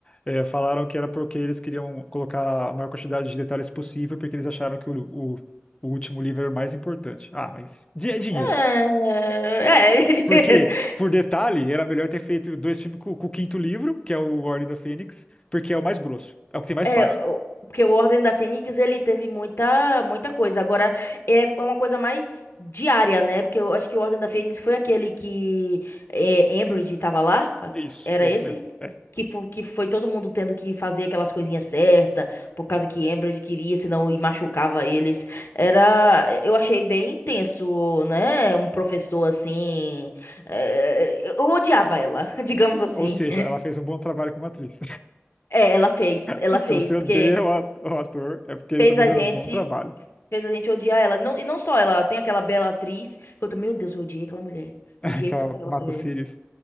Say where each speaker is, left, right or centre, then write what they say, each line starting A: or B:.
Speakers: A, on the left; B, on the left.
A: É, falaram que era porque eles queriam colocar a maior quantidade de detalhes possível, porque eles acharam que o, o, o último livro era o mais importante. Ah, mas di- é dinheiro.
B: É, é, é <laughs> dinheiro.
A: Porque, por detalhe, era melhor ter feito dois filmes com, com o quinto livro, que é o Ordem da Fênix, porque é o mais grosso, é o que tem mais
B: É,
A: páginas.
B: o- porque o Ordem da Fênix, ele teve muita, muita coisa. Agora, é é uma coisa mais diária, né? Porque eu acho que o Ordem da Fênix foi aquele que é, Umbridge tava lá. a-
A: Isso,
B: Era
A: é isso
B: esse?
A: mesmo. É.
B: Que, fo- que foi todo mundo tendo que fazer aquelas coisinhas certas, por causa que Umbridge queria, senão e machucava eles. Era, eu achei bem tenso, né? Um professor assim. é, eu odiava ela, <laughs> digamos assim.
A: Ou seja, ela fez um bom trabalho como atriz.
B: É, ela fez,
A: <laughs>
B: ela fez,
A: Se você
B: porque
A: odeia o a- o ator, é porque ele
B: fez
A: está fazendo
B: a gente.
A: um bom trabalho.
B: Fez a gente odiar ela. Não, e não só ela, tem aquela bela atriz. que Eu, tô, meu Deus, eu odiei aquela mulher.
A: <laughs>
B: Odiei
A: Que
B: tanto
A: ela
B: aquela
A: mata
B: mulher.
A: o Sirius.